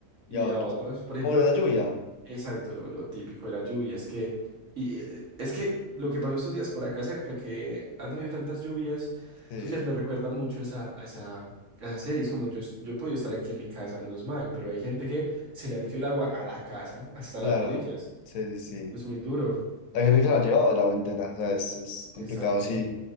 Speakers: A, on the left; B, on the right.
A: y
B: y
A: a otros.
B: a otros. Por
A: Como
B: ejemplo,
A: lo de la lluvia,
B: Exacto, lo, lo típico de la lluvia es que, y, eh, es que lo que pasó estos días por acá cerca, que han habido tantas lluvias,
A: sí,
B: estos días me recuerda mucho a esa, a esa, a esa serie. Es como yo, es- yo he podido estar aquí en mi casa, menos mal, pero hay gente que se le ha metido el agua a la casa, hasta
A: claro,
B: las rodillas.
A: sí, sí, sí.
B: Es muy duro.
A: La gente que se la ha llevado la entera, o sea, es, es complicado,
B: Exacto.
A: sí.